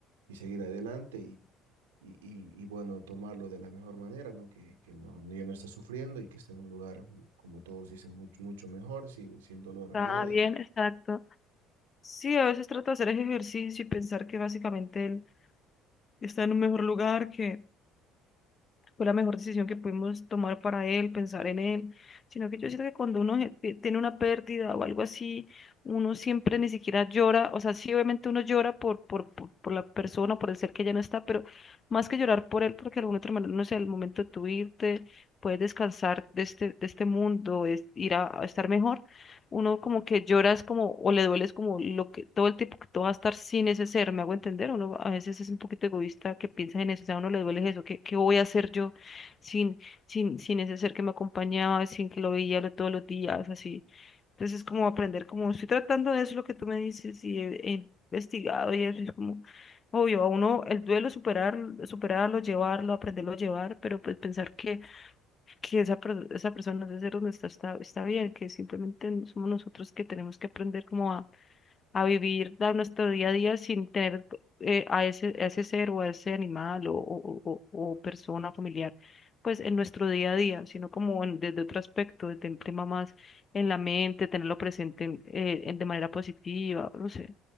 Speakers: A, on the right; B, on the left.
A: y seguir adelante y, y, y, y bueno, tomarlo de la mejor manera, ¿no? Que, que no, ya no está sufriendo y que esté en un lugar, como todos dicen, mucho, mucho mejor, sin, sin dolor
B: Está
A: a nada
B: bien,
A: y,
B: exacto. Sí, a veces trato de hacer ese ejercicio y pensar que básicamente él está en un mejor lugar, que fue la mejor decisión que pudimos tomar para él, pensar en él, sino que yo siento que cuando uno je- tiene una pérdida o algo así, uno siempre ni siquiera llora, o sea, sí, obviamente uno llora por, por, por, por la persona, por el ser que ya no está, pero más que llorar por él, porque de alguna otra manera, no sé, el momento de tu irte, puedes descansar de este, de este mundo, es ir a a estar mejor uno como que lloras como o le dueles como lo que todo el tiempo que tú vas a estar sin ese ser, ¿me hago entender? Uno a veces es un poquito egoísta que piensa en eso, o sea, a uno le duele eso, ¿qué, qué voy a hacer yo sin, sin, sin ese ser que me acompañaba, sin que lo veía lo- todos los días, así? Entonces es como aprender, como estoy tratando de eso, lo que tú me dices y he, he investigado y eso es como... Obvio, a uno el duelo superar, superarlo, llevarlo, aprenderlo a llevar, pero pues pensar que que esa, per- esa persona de ser donde está, está está bien, que simplemente somos nosotros que tenemos que aprender como a, a vivir dar nuestro día a día sin tener eh, a ese, a ese ser o a ese animal o, o, o, o persona familiar, pues en nuestro día a día, sino como en- desde otro aspecto, desde el tema más en la mente, tenerlo presente en- eh, en- de manera positiva, no sé.